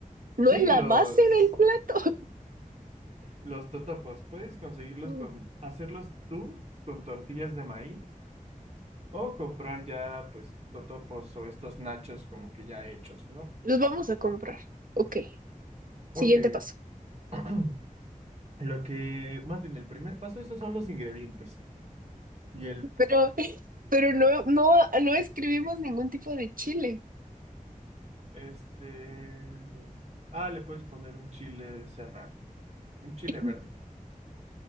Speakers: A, on the right; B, on the right.
A: ¿No
B: Sí,
A: es la
B: los,
A: base del plato?
B: los totopos, puedes conseguirlos
A: <laughs>
B: con, hacerlos tú con tortillas de maíz o comprar ya, pues, totopos o estos nachos como que ya hechos, ¿no?
A: Los vamos a comprar. Ok, siguiente
B: Ok,
A: paso.
B: <clears throat> lo que, más bien, el primer paso, esos son los ingredientes. Y el,
A: Pero, pero no, no, no escribimos ningún tipo de chile.
B: este, ah, le puedes poner un chile serrano, un chile
A: <laughs>
B: verde.